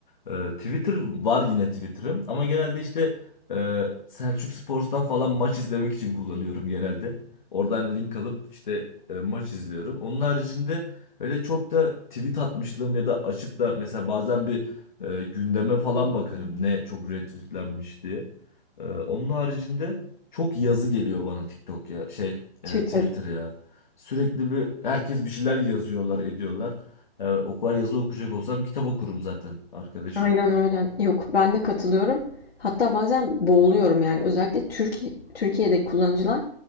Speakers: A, on the left (about 50°); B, on the left (about 75°).
A: Ee, Twitter var yine Twitter'ım ama genelde işte e, Selçuk Spor'dan falan maç izlemek için kullanıyorum genelde. Oradan link alıp işte e, maç izliyorum. Onun haricinde öyle çok da tweet atmışlığım ya da açıp da mesela bazen bir e, gündeme falan bakarım ne çok retweetlenmiş diye. Ee, onun haricinde çok yazı geliyor bana TikTok ya şey
B: Twitter.
A: e, Twitter ya. Sürekli bir herkes bir şeyler yazıyorlar ediyorlar. E, o kadar yazı okuyacak olsam kitap okurum zaten arkadaşım.
B: Aynen öyle. Yok, ben de katılıyorum. Hatta bazen boğuluyorum yani. Özellikle Türkiye, Türkiye'deki kullanıcılar